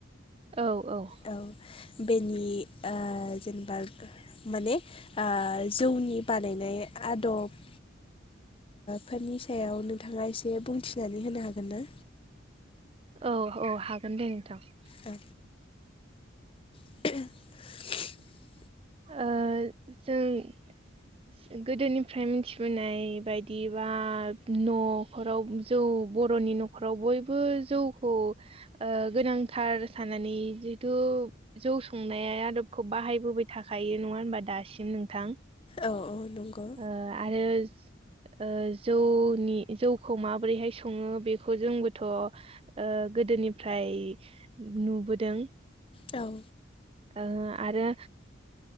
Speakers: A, on the right; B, on the left.
A: औ औ
B: औ बेनि ओ जेनेबा। माने आं जौनि बानायनाय आदब फोरनि सायाव नोंथाङा एसे बुंथिनानै होनो हागोन ना?
A: औ औ हागोन दे नोंथां।
B: औ <unintelligible>
A: ओ जों गोदोनिफ्राय मिथिबोनाय बायदिबा न'खराव जौ बर'नि न'खर न'खाव बयबो जौखौ ओ गोनांथार सानानानै जिथु जौ संनाया आदबखौ बाहायबोबाय थाखायो नङा होनबा दासिम नोंथां?
B: औ औ नंगौ
A: ओ आरो ओ जौनि जौखौ माबोरैहाय सङो बेखौ जोंबोथ' ओ गोदोनिफ्राय नुबोदों
B: औ
A: ओ आरो